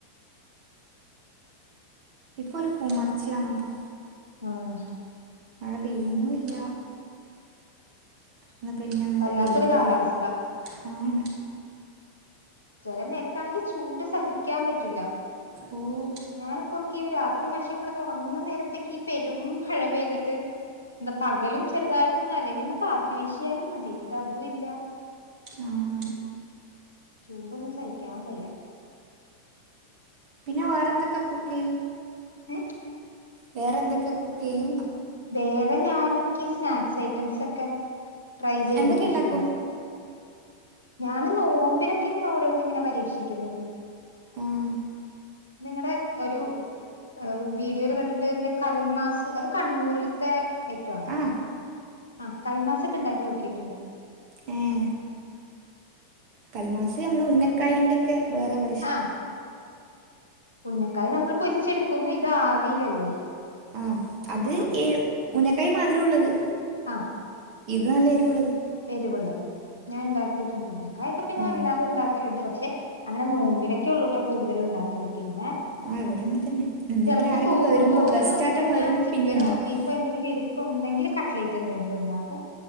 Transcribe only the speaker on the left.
ആഹ്
വല്ലാത്തൊരു
കാലാവസ്ഥ
ചെല നേരത്താണെങ്കി ചൂട് സഹിക്കാൻ പറ്റില്ലാ
ഞാനപ്പോർക്കും ഈ രാത്രി മൻഷ്യൻ കെടന്ന് ഒറങ്ങുന്ന നേരത്തൊക്കെ ഈ പെരും മഴ പെയ്തിട്ട് എന്താ പകലും ചെറുതായിട്ടൊന്ന് അല്ലെങ്കി ഒന്ന് കാറ്റ് വീശിയാലും മതി ഇത് അതും ഇല്ലാ
ചൂടൊന്നും സഹിക്കാൻ വയ്യാ
ഏ
വേറെ ഞാന് എനിക്ക് സ്നാക്സ് ഐറ്റംസ് ഒക്കെ ട്രൈ ചെയ്യുന്നത്
ഇഷ്ട്ടാണ്. ഞാന് നോമ്പിനൊക്കെ ഇങ്ങനെ ഓരോന്ന് ഇങ്ങനെ പരീക്ഷിക്കുന്നത്
നിങ്ങടെ ഒരു അഹ് വീഡിയോയിൽ കണ്ടിട്ട് ന്റെ കൽമാസ് അത് കണ്ണൂരിലത്തെ അയ്‌റ്റാണോ
ആഹ് കൽമാസൊക്കെ ഇണ്ടാക്കി നോക്കിട്ടുണ്ട്
ആ ഉന്നക്കായ നമ്മൾ പൊരിച്ചെടുക്കുന്നു ഇത് ആവിയിലല്ലേ
ആ
ആഹ്
എരുവുള്ളത് ഞാൻ ഇണ്ടാക്കിയിട്ടുണ്ട് ഉന്നകായക്കോ പിന്നെ
അല്ലാതെ ഇണ്ടാക്കല്ണ്ട് പക്ഷെ അങ്ങനെ നോമ്പിനൊക്കെ ഒള്ളൂട്ടൊ കൂടുതലും ഉണ്ടാക്കല് പിന്നെ
ചെലപ്പോ
തോ
ഒരു തോന്നല്
തോന്നിക്കഴിഞ്ഞാ
ചിക്കനോ
ബീഫ് എന്തങ്കില് ഇരിപ്പ് ഉണ്ടെങ്കില് കട്ട്ലേറ്റ് എന്തെങ്കിലും ഉണ്ടാക്കും